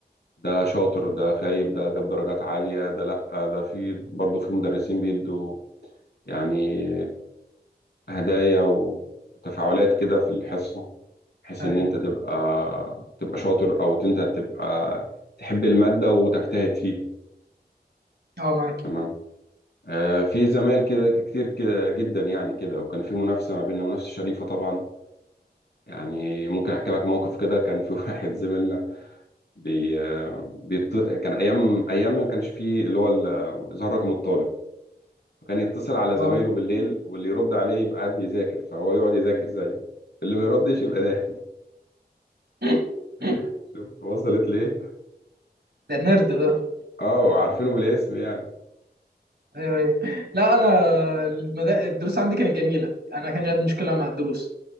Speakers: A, on the left; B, on the right.
A: ده شاطر ده خايب ده جاب درجات عالية ده لأ ده في برضه في مدرسين بيدوا يعني هدايا وتفاعلات كده في الحصة بحيث
B: اه
A: إن أنت تبقى تبقى شاطر أو أنت تبقى تحب المادة وتجتهد فيها
B: آه، معاك
A: تمام آه في زمايل كده كتير كده جدا يعني كده وكان في منافسة ما بيننا منافسة شريفة طبعا يعني ممكن أحكي لك موقف كده كان في <laughs> واحد زميلنا بي آه، بيط... كان أيام أيام ما كانش فيه اللي هو ال- إظهار رقم الطالب فكان يتصل على
B: اه
A: زمايله بالليل واللي يرد عليه يبقى قاعد بيذاكر فهو يقعد يذاكر زيه اللي ما يردش يبقى نايم
B: <laughs>
A: <laughs> شفت وصلت ليه
B: ده نرد ده
A: اه عارفينه بالاسم يعني
B: ايوه ايوه لا انا المدا... الدروس عندي كانت جميله انا كان عندي مشكله مع الدروس